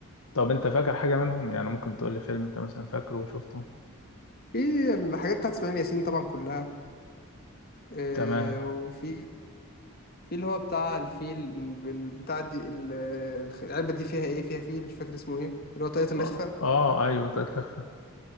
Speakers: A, on the left; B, on the left.
A: طب انت فاكر حاجه منهم يعني ممكن تقول لي فيلم انت مثلا فاكره وشفته
B: في الحاجات بتاعت اسماعيل ياسين طبعا كلها آه،
A: تمام
B: وفي في اللي هو بتاع الفيل ال- بتاع دي ال- الخ- العلبه دي فيها ايه فيها فيل مش فاكر اسمه ايه اللي هو طاقية الاخفاء
A: اه اه ايوه طلعت لخفه